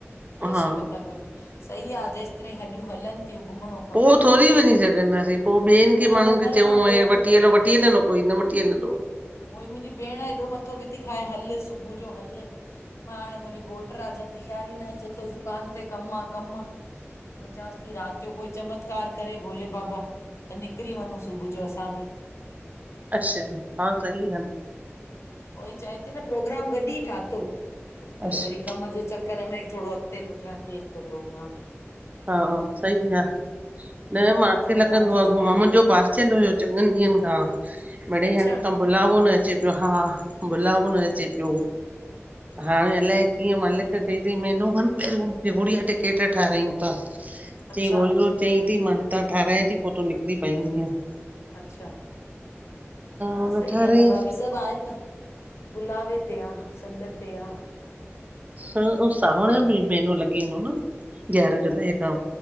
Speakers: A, on the right (about 30°); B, on the left (about 70°).
A: आहे
B: ऐश
A: हा
B: बि था करो। सही आ जेसिताईं हॾियूं हलनि थियूं घुमिणो।
A: पो थोरी वञी सघंदासीं पोइ ॿियनि
B: न
A: खे माण्हू
B: उमिरि
A: खे चऊं
B: खां पो
A: हे वठी हलो वठी हलंदव। कोई न वठी हलंदो।
B: उहोई मुंहिंजी भेण हेॾो मथो पेई थी खाए हल सुबुह जो हल, मां हाणे मुंहिंजे घोट राजा तयार न आ चे थो दुकान ते कम आ कम मां चवांस थी रात रात जो कोई चमत्कार करे भोले बाबा त निकिरी वञू सुबुह जो असां बि।
A: अच्छा, हा सही आ।
B: उहोई चए थी न प्रोग्राम गॾ ई ठातो पर
A: अच्छा
B: वरी कम जे चक्कर घर में थोड़ो अॻिते पुठियां थे तो प्रोग्राम ई
A: हा, सही ॻाल्ह। न
B: तव्हां
A: मांखे
B: चओ
A: लॻंदो
B: तव्हांजे
A: आ
B: झूलेलाल
A: घुमण मुंहिंजो बासल हुयो चॻॾन ॾिहंन खां। मिड़ेई
B: अच्छा
A: हाणे उतां बुलाओ अचे पियो हा बुलाव न अचे पियो
B: हा
A: हाणे अलाए कीअं मां लिख कई थई महिनो खन पहिरियों गुड़िया टिकेट ठारायू चईं
B: अच्छा
A: रोज़ रोज़ चयईं त थी मां हितां ठारहिरायां थी पो तूं निकिरी पाईंदीअ आ।
B: अच्छा हा
A: हुन
B: सही
A: ठारायईं
B: आह न भाभी सभु आहे त बुलावे ते आ सॾ ते आ।
A: ह सावण
B: सही आ
A: बि महिनो लॻी वेंदो न ग्यारहां जुलाई खां।